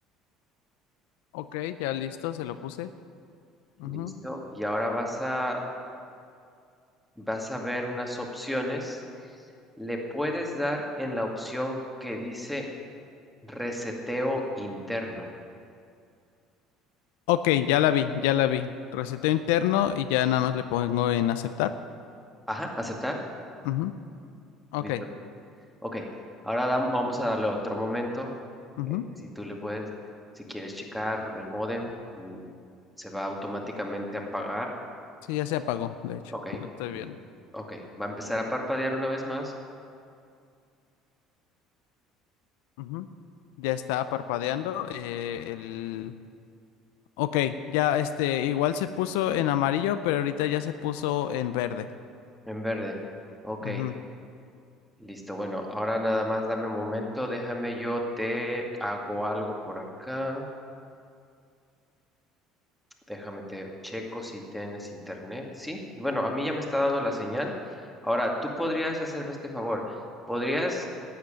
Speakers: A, on the left (about 80°); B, in the centre.
A: Ok, ya listo, se lo puse. Ujú.
B: Listo. Y ahora vas a, vas a ver unas opciones. Le puedes dar en la opción que dice reseteo interno.
A: Ok, ya la vi, ya la vi. Reseteo interno y ya nada más le pongo en aceptar.
B: Ajá, aceptar.
A: Ujú, Ok,
B: Listo. Ok. Ahora dam- vamos a darle otro momento.
A: ujú.
B: Eh, si tú le puedes, si quieres checar el módem, mm, se va automáticamente a apagar.
A: Sí, ya se apagó, de hecho,
B: Ok.
A: lo estoy
B: mm,
A: viendo.
B: Ok. Va a empezar a parpadear una vez más
A: Ujú, Ya está parpadeando. eh, el... Ok, ya este, igual se puso en amarillo, pero ahorita ya se puso en verde.
B: en verde. Ok.
A: Ujú,
B: Listo, bueno, ahora nada más dame un momento, déjame yo te hago algo por acá, déjame te checo si tienes internet, sí, bueno, a mí ya me está dando la señal, ahora tú podrías hacerme este favor, podrías,